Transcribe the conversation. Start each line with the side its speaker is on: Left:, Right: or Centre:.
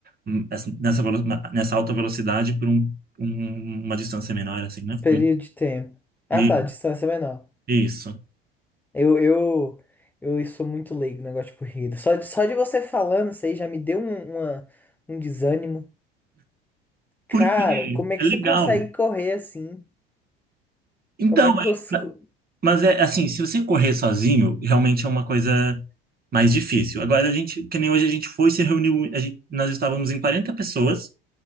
Right: hum, essa- nessa, velo- na- nessa alta velocidade por um- um- uma distância menor, assim, né?
Centre: Período
Right: Hum,
Centre: de tempo. Ah,
Right: E,
Centre: tá, distância é menor.
Right: isso.
Centre: Eu, eu, eu sou muito leigo no negócio de corrida. Só de, só de você falando isso aí já me deu um, uma- um desânimo. Cara,
Right: Porque
Centre: como é que
Right: é legal.
Centre: você consegue correr assim?
Right: Então,
Centre: Como é que eu
Right: é-
Centre: consigo...
Right: ma- mas é assim, se você correr sozinho, realmente é uma coisa mais difícil. Agora, a gente, que nem hoje a gente foi, se reuniu, a gente, nós estávamos em 40 pessoas,